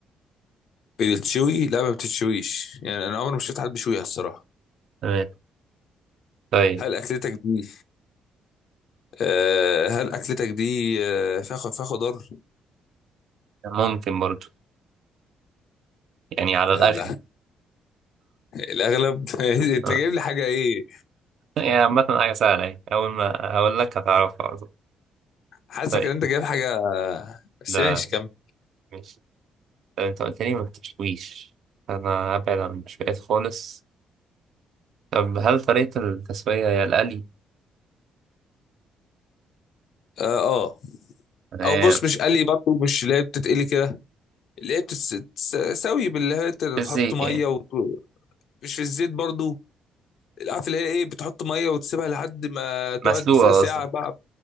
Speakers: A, on the left; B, on the right.
A: بتتشوي لا ما بتتشويش يعني انا عمري ما شفت حد بيشويها الصراحه
B: تمام طيب
A: هل اكلتك دي آه هل اكلتك دي آه فيها خ- فيها خضار
B: ممكن برضه يعني على الاغلب
A: الله الاغلب <laughs> انت
B: آه.
A: جايب لي حاجه ايه
B: يعني عامة حاجة سهلة يعني اول ما اقول لك هتعرفها على طول
A: حاسك
B: طيب
A: ان انت جايب حاجه بس
B: لا
A: ماشي كمل
B: ماشي طيب انت قلت لي ما بتتشويش انا هبعد عن المشويات خالص طب هل طريقة التسوية هي القلي؟
A: اه آه.
B: تمام
A: او بص مش قلي برضه مش اللي هي بتتقلي كده اللي هي بتتساوي باللي هي تحط
B: بالزيت
A: ميه
B: يعني
A: وت... مش في الزيت برضه عارف اللي هي ايه بتحط ميه وتسيبها لحد ما تقعد
B: مسلوقة
A: في ساعه
B: قصدك
A: بقى